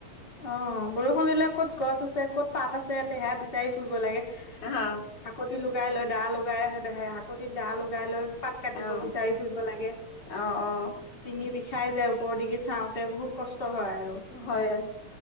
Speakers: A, on the left; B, on the left.
A: অ' বৰষুণ দিলে ক'ত গছ আছে, ক'ত পাত আছে তেহা বিচাৰি ফুৰিব লাগে।
B: আহ
A: হাকুতি লোগাই লয় দা লোগাই আহে দেহয়ে শাক কটিত দা লগাই লৈ পাত কাটিব
B: অ
A: বিচাৰি ফুৰিব লাগে।
B: অ অ
A: ডিঙি বি- খাই যায় ওপৰৰ দিগে চাওঁতে বহুত কষ্ট হয় আৰু।
B: হয়